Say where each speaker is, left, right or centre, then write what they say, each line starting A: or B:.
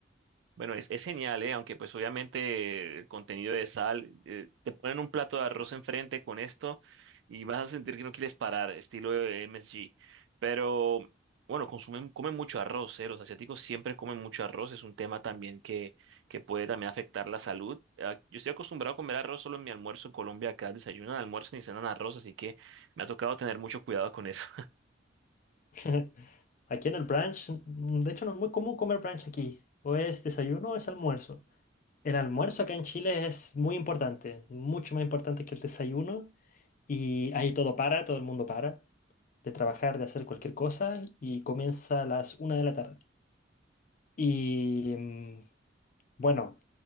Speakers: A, on the right; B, on the left.
A: Bueno, es, es genial, ¿eh? Aunque pues obviamente el contenido de sal, eh, te ponen un plato de arroz enfrente con esto y vas a sentir que no quieres parar, estilo de MSG. Pero bueno, consumen, comen mucho arroz, ¿eh? Los asiáticos siempre comen mucho arroz, es un tema también que, que puede también afectar la salud. Ah, yo estoy acostumbrado a comer arroz solo en mi almuerzo en Colombia, acá desayunan, almuerzan y cenan arroz, así que me ha tocado tener mucho cuidado con eso.
B: <laughs> Aquí en el brunch, mm, de hecho no es muy común comer brunch aquí. O es desayuno o es almuerzo. El almuerzo acá en Chile es muy importante, mucho más importante que el desayuno. Y ahí todo para, todo el mundo para de trabajar, de hacer cualquier cosa y comienza a las una de la tarde. Y mm, Bueno,